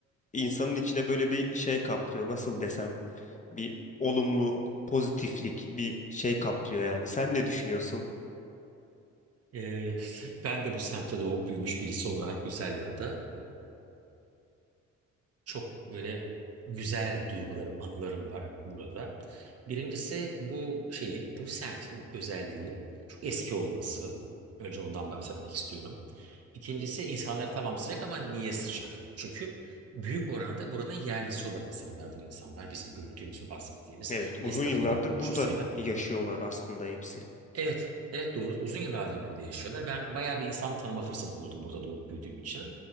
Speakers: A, on the left (about 25°); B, on the right (about 55°).
A: insanın içine böyle bir şey kaplıyor. Nasıl desem? Bir olumlu pozitiflik, bir şey kaplıyor yani. Sen ne düşünüyorsun?
B: E, <laughs> ben de bu semtte doğup büyümüş birisi olarak Güzelyalı'da çok böyle güzel duygularım, anılarım var burada. Birincisi bu şeyin, bu semtin özelliği çok eski olması. Önce ondan bahsetmek istiyorum. İkincisi insanlar tamam sıcak ama niye sıcak? Çünkü büyük oranda buranın yerlisi olan insanlar bu insanlar. Bizim gördüğümüz ve bahsettiğimiz
A: Evet, uzun
B: esnafıyla,
A: yıllardır
B: komşusuyla
A: burada yaşıyorlar aslında hepsi.
B: Evet, evet doğru. Uzun yıllardır burada yaşıyorlar. Ben bayağı bir insan tanıma fırsatı buldum burada doğup büyüdüğüm için.